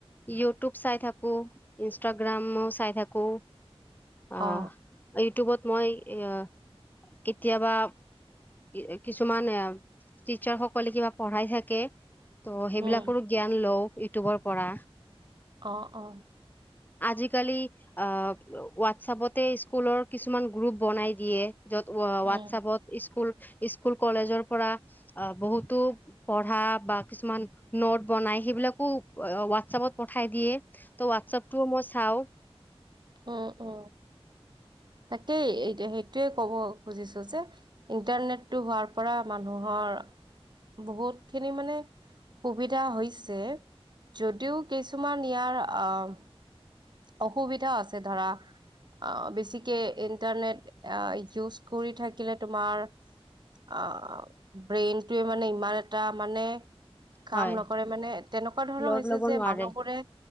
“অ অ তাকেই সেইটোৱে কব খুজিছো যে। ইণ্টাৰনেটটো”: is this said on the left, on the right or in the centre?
Right